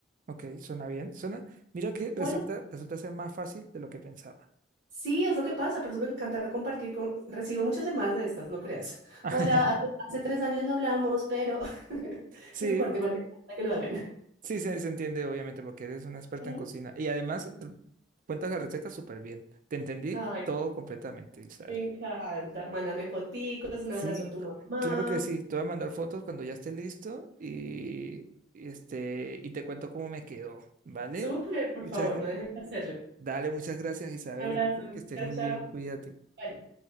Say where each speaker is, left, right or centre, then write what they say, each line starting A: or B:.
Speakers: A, on the right; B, on the right.
A: ok, suena bien. Suena. Mira que
B: Igual
A: resulta, resulta ser más fácil de lo que pensaba.
B: Sí, es lo que pasa, por eso me encanta compartir con... Recibo muchas llamadas de estas, no creas.
A: <laughs>
B: Hola, hace, hace tres años no hablamos, pero <laughs>
A: Sí,
B: no importa, igual me encanta que lo hagan.
A: Sí, se, se entiende, obviamente, porque eres una experta
B: ¿Mm?
A: en cocina. Y además, r- cuentas la receta súper bien. Te entendí
B: Ay,
A: todo completamente, Isabel.
B: me encanta. Mándame foticos, un
A: Sí,
B: abrazo a tu mamá.
A: Claro que sí. Te voy a mandar fotos cuando ya esté listo y, y este, y te cuento cómo me quedó, ¿vale?
B: Súper, por
A: Muchas,
B: favor, no dejes de hacerlo.
A: dale, muchas gracias, Isabel.
B: Un abrazo.
A: Entonces, que estés
B: Chao,
A: muy
B: chao.
A: bien. Cuídate.
B: Vale.